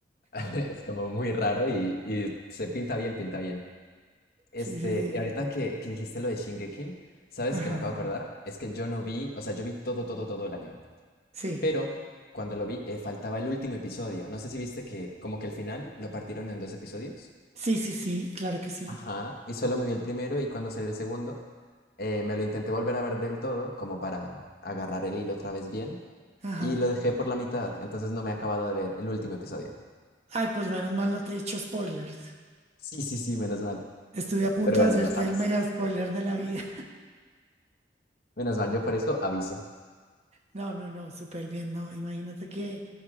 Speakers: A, on the left; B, on the right.
A: <laughs> Es como muy raro y, y se pinta bien, pinta bien. Este,
B: Sí, sí, sí.
A: y ahorita que, que dijiste lo de Shingeki, ¿sabes
B: Ajá.
A: qué me acabo de acordar? Es que yo no vi, o sea, yo vi todo, todo, todo el anime.
B: Sí.
A: Pero cuando lo vi, eh, faltaba el último episodio. No sé si viste que como que el final lo partieron en dos episodios.
B: Sí, sí, sí, claro que sí.
A: Ajá, y solo me vi el primero y cuando salió el segundo. Eh, me lo intenté volver a ver del todo, como para agarrar el hilo otra vez bien,
B: Ajá.
A: y lo dejé por la mitad, entonces no me he acabado de ver el último episodio.
B: Ay, pues menos mal no te he hecho spoilers.
A: Sí, sí, sí, menos mal.
B: Estuve a punto
A: Pero bueno,
B: de hacerte
A: ya sabes.
B: el mega spoiler de la vida.
A: Menos mal, yo por eso aviso.
B: No, no, no, súper bien, no. Imagínate que,